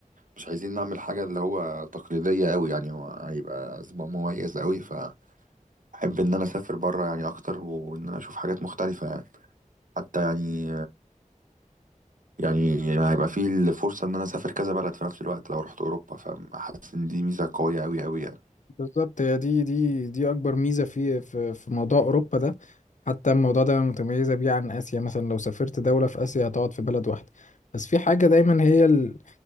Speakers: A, on the right; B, on the left.
A: مش عايزين نعمل حاجه اللي هو تقليديه قوي يعني هو هيبقى اسبوع مميز قوي فاحب ان انا اسافر بره يعني اكتر وان انا اشوف حاجات مختلفه يعني. حتى يعني يعني هيبقى فيه الفرصة إن أنا أسافر كذا بلد في نفس الوقت لو رحت أوروبا فحاسس إن دي ميزة قوية أوي أوي يعني
B: بالظبط هي دي دي دي اكبر ميزه في في في موضوع اوروبا ده حتى الموضوع ده متميزه بيه عن اسيا مثلا لو سافرت دوله في اسيا هتقعد في بلد واحده بس في حاجه دايما هي ال-